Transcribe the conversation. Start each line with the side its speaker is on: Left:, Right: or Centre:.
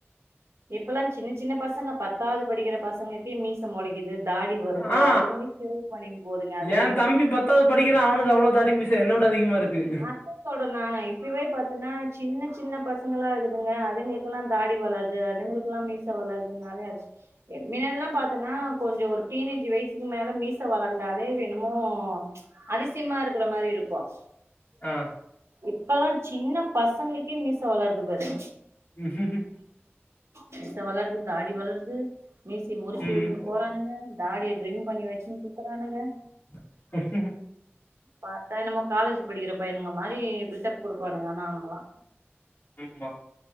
Right: இப்பல்லா சின்ன சின்ன பசங்க பத்தாது படிக்கிற பசங்கள்கே மீச மொளைக்கிது தாடி வருது
Left: ஆ
Right: அதுங்ளே சேவ் பண்ணிண் போதுங்க அதுங்கன்ட்டு
Left: ஏ தம்பி பத்தாவது படிக்கிறா அவனுக்கு அவ்வளோ தாடி மீச என்னோட அதிகமாயிருக்கு.
Right: அதா சொல்ற நானு இப்பவே பாத்தன்னா சின்ன சின்ன பசங்களாருக்குங்க அதுங்களுக் இப்பல்லா தாடி வளருது அதுங்களுக்லா மீச வளருதுனாலே அ மின்னலாம் பாத்தன்னா கொஞ்ச ஒரு டீனேஜ் வயசுக்கு மேல மீச வளந்தாலே எண்ணுமோ அதிசயமாயிருக்குற மாரி இருக்கும்
Left: ஆ
Right: இப்பல்லா சின்ன பசங்களுக்கே மீச வளறது பாரு.
Left: ம் ஹு ம்.
Right: மீச வளருது தாடி வளருது மீசைய முறிக்கி
Left: ம்
Right: வுட்டுன்னு போறானுங்க தாடிய ட்ரிம் பண்ணி வச்சுன்னு சுத்துறானுங்க
Left: ம் ஹு ம்
Right: பாத்தா என்னமோ காலேஜ் படிக்கிற பையனுங்க மாரி பில்டப் குடுப்பானுங்க ஆனா அவனுங்களா
Left: ம் பா